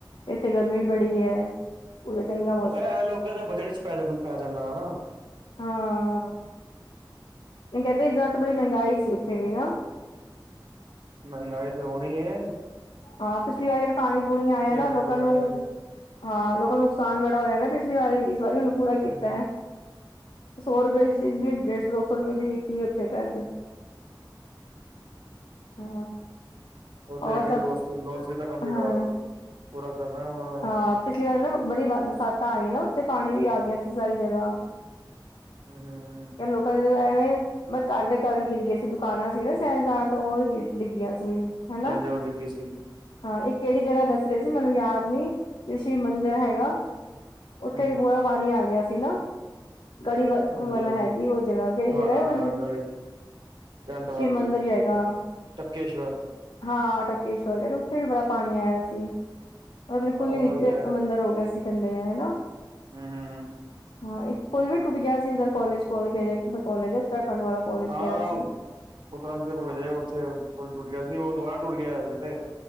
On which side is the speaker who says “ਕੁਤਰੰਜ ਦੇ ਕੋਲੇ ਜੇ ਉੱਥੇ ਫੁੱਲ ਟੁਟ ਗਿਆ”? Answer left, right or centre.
Right